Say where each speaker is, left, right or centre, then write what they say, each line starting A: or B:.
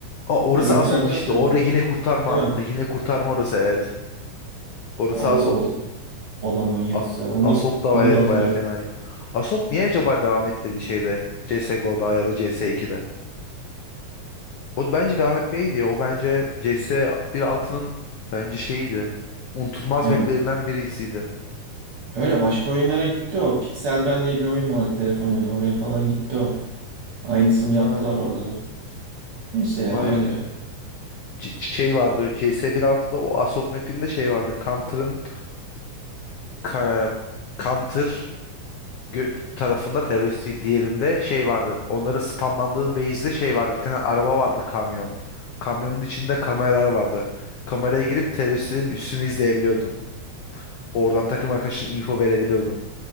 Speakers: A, on the left; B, on the right.
A: Aa, orası
B: O map'in
A: Assault
B: adını hatırlıyor
A: işte o
B: musun?
A: rehine kurtarma.
B: Değil mi?
A: Rehine kurtarma orası evet. Orası
B: Ya O,
A: Assault.
B: o, o da manyaktı.
A: As
B: Onu
A: Assault da
B: onu
A: evet
B: da hatırlıyorum.
A: bayağı fenaydı. Assault niye acaba devam etmedi şeyde CSGO'da ya da CS2'de? O bence devam etmeydi. O bence C S bir altının bence şeyiydi. Unutulmaz
B: Yani
A: maplerinden birisiydi.
B: Öyle başka oyunlara gitti o. Pixel Gun diye bir oyun vardı telefon oyunu. Oraya falan gitti o. Aynısını
A: Aha
B: yaptılar orada da. Neyse ya
A: vay
B: öyle.
A: be. C- şey vardı C S bir altıda o Assault mapinde şey vardı. Counter'ın ka- Counter gö- tarafında teröristi diğerinde şey vardı. Onları spamlandığın base'de şey vardı. Bir tane araba vardı kamyon. Kamyonun içinde kameralar vardı. Kameraya girip teröristlerin üstünü izleyebiliyordun. Oradan takım arkadaşına info verebiliyordun.